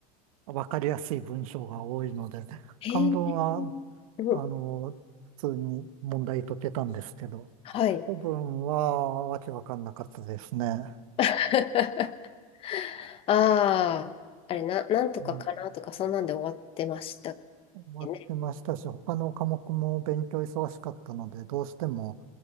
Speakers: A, on the right (about 70°); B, on the left (about 30°).
A: わかりやすい文章が多いので、
B: えー
A: 漢文は
B: うん
A: あの、普通に問題解けたんですけど、
B: はい。
A: 古文はわけわかんなかったですね。
B: <laughs> ああ、あれな、なんとかかなとか、
A: うん。
B: そんなんで終わってましたっ
A: 終わってましたし、
B: けね。
A: 他の科目も勉強忙しかったので、どうしても、